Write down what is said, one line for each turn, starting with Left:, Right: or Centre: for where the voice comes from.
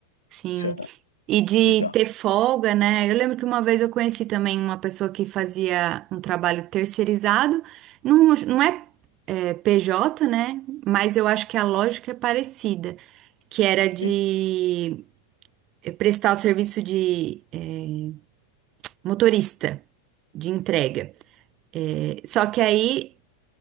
Right: Sim.
Left: <laughs>
Right: E de
Left: Bizarro.
Right: ter folga, né? Eu lembro que uma vez eu conheci também uma pessoa que fazia um trabalho terceirizado. Não, não é, é, PJ, né? Mas eu acho que a lógica é parecida, que era de
Left: Sim,
Right: eh, prestar o serviço de eh, motorista de entrega. Eh, Só que aí